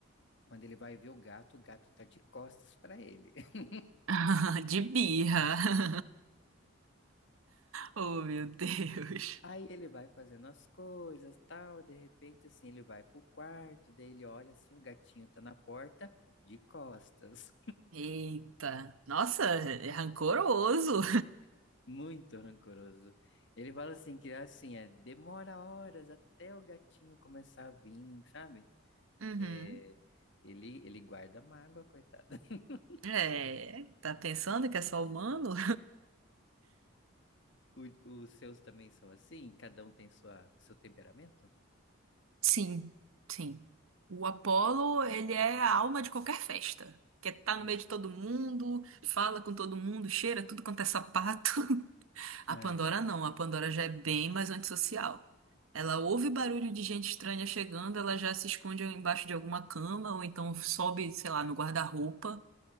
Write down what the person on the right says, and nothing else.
<laughs> De birra. <laughs> Oh, meu Deus.
Eita. Nossa, é rancoroso.
Uhum.
É, tá pensando que é só humano?
Sim, sim. O Apolo, ele é a alma de qualquer festa. Quer estar no
meio de todo mundo, fala com todo mundo, cheira tudo quanto é sapato. A
Pandora não, a Pandora já é bem mais antissocial. Ela ouve barulho de gente estranha chegando, ela já se esconde embaixo de alguma cama, ou então sobe, sei lá, no guarda-roupa